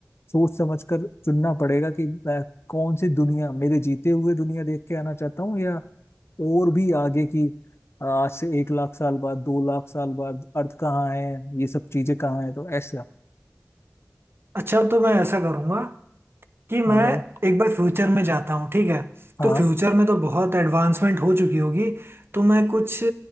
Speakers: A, on the left (about 55°); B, on the right (about 50°).
A: सोच समझ कर चुनना पड़ेगा कि मैं कौन सी दुनिया मेरे जीते हुए दुनिया देख के आना चाहता हूँ या और भी आगे की आ, आज से एक लाख साल बाद दो लाख साल बाद अर्थ कहाँ है ये सब चीजें कहाँ है तो ऐसा
B: अच्छा तो मैं ऐसा करूँगा कि मैं
A: हाँ भाई
B: एक बार फ्यूचर में जाता हूँ ठीक है
A: हाँ
B: तो फ्यूचर में तो बहुत एडवांसमेंट हो चुकी होगी तो मैं कुछ अ,